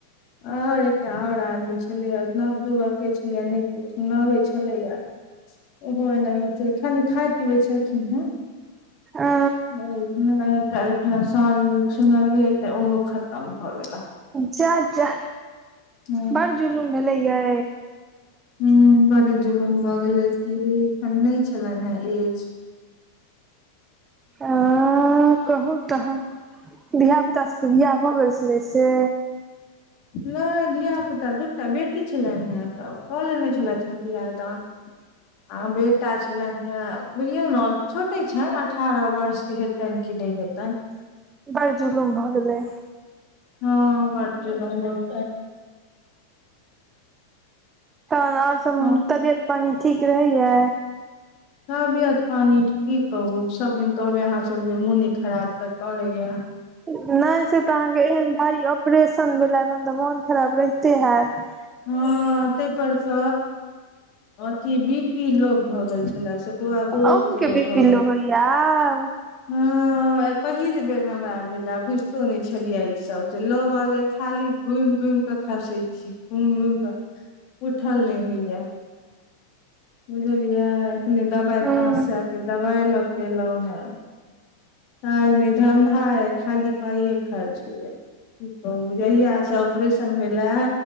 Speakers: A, on the left; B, on the right.
A: और एकटा और आदमी छलैये नवयुवके छलैये नहि पुछु नवे छलैये ओहो एनाही छले खाली खाइ पीबैत छलखिन हे।
B: अ
A: ए कलखिन साँझ मे सुनलियै जे ओहो खतम भ गेला।
B: जा जा
A: ह
B: बड़ जुलूम भेले यै।
A: ह बड जुलुम भऽ गेलै कि एखन नहि छलनि हेँ एज।
B: आ कहू। तखन, धियापुता सबके बिआह भऽ गेल छलै से?
A: नहि धियापुता दू टा बेटी छलनि हेँ तऽ कऽ लेने छलथि हेँ वियाह दान। आ बेटा छलनि हे बुझलियौ ने छोटे छनि अठारह वर्ष। हेतनि कि नहि हेतनि।
B: बड़ जुलुम भ गेलै।
A: हँ बड़ जुलुम भ गेलै।
B: तहन और सब
A: हँ
B: तबियत पानि ठीक रहैये।
A: तबियत पानी की कहू सभदिन कहबै अहाँ सब जे मोने खराब द कहैये।
B: नहि से तऽ अहाँके एहन भारी ऑपरेशन भेलै तहन तऽ मोन खराब रहिते होयत।
A: हँ तै पर से अथी बी पी लो भऽ गेल छै। भेला से बहुत
B: अहूँ के
A: लो
B: बी
A: भ
B: पी
A: गेल।
B: होइया आब
A: हँ पहिल बेर हमरा भेले बुझितो नहि छलियै ईसभ त लो भऽ गेल खाली घुमि घुमि कऽ खसै छी घुमि घमि कऽ, उठल नहि होइये। बुझलियै एखने दबाइ
B: हूँ
A: पाँच सए के दबाइ लऽ के एलहुं हे। काज ने धन्धा अछि खाली पाइए खर्च होइये। कि कहु जहिया से आपरेशन भेले